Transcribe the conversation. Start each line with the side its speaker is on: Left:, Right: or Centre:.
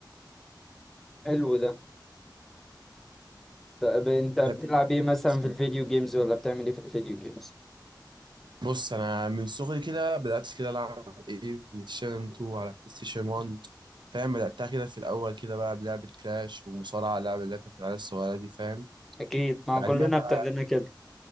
Centre: حلو ده طب انت بتلعب
Right: بحب العب فيديو
Centre: ايه مثلا في
Right: جيمز
Centre: الفيديو جيمز ولا بتعمل ايه في الفيديو جيمز
Right: بص انا من صغري كده بدات كده العب ايه بلاي ستيشن 2 على بلاي ستيشن 1 فاهم بداتها كده في الاول كده بقى بلعبه كلاش ومصارعه لعبه اللي هي بتاعت العيال الصغيره دي فاهم
Centre: اكيد ما
Right: بعديها
Centre: هو كلنا
Right: بقى
Centre: ابتدينا كده